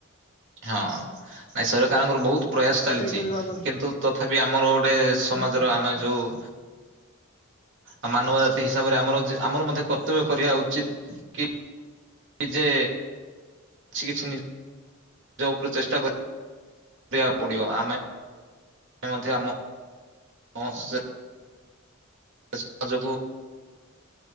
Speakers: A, on the right (about 60°); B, on the left (about 30°).
A: ହଁ, ନାଇଁ ସରକାରଙ୍କର ବହୁତ୍ ପ୍ରୟାସ୍ ଚାଲିଚି,
B: ସେଇପରି ଭାବରେ
A: କିନ୍ତୁ ତଥାପି ଆମର ଗୋଟେ ସମାଜର
B: ନିଶ୍ଚୟ ନିଶ୍ଚୟ
A: ଆମେ ଯୋଉ ଆଉ ମାନବ ଜାତି ହିସାବରେ ଆମର-ଆମର ମଧ୍ୟ କର୍ତ୍ତବ୍ୟ କରିବା ଉଚିତ୍, କି କି ଯେ କିଛି-କିଛି ନିଜ ଉପରେ ଚେଷ୍ଟା କରି ଆକୁ ପଡିବ ଆମେ ମଧ୍ୟ ଆମ <unintelligible> <unintelligible> ଯୋଗୁ